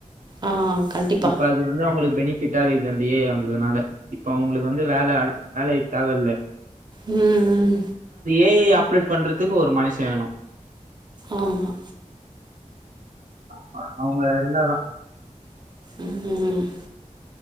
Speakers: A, on the right; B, on the right.
A: ஆ. கண்டிப்பா.
B: இப்ப அது வந்தா உங்களுக்கு பெனிபிட்டா <unintelligible> வந்ததுனால இப்ப அவங்களுக்கு வந்து வேல <unintelligible> வேலை தேவல
A: உம்ம்
B: ஏ ஐ ஆப்ரேட் பண்றதுக்கு ஒரு மனுஷன் வேணும்
A: ஆமா
B: அ அவுங்க இருந்தாதான்
A: ஆமா. ம். ம்.